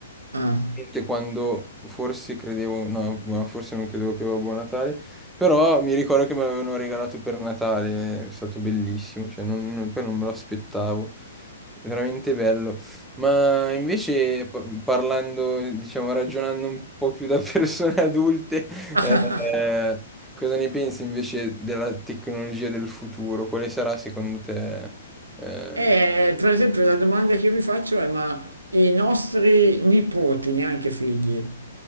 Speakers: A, on the right; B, in the centre.
A: Ah.
B: che quando forse credevo, no, ma forse non credevo più a Buon Natale, però mi ricordo che me l'avevano regalato per Natale, è stato bellissimo, cioè non- non- poi non me lo aspettavo, veramente bello. Ma invece pa- parlando, diciamo, ragionando un po' più da <laughs> persone adulte,
A: <laughs>
B: eh, cosa ne pensi invece della tecnologia del futuro? Quale sarà secondo te? eh,
A: E, per esempio la domanda che io vi faccio è, ma i nostri nipoti, neanche figli,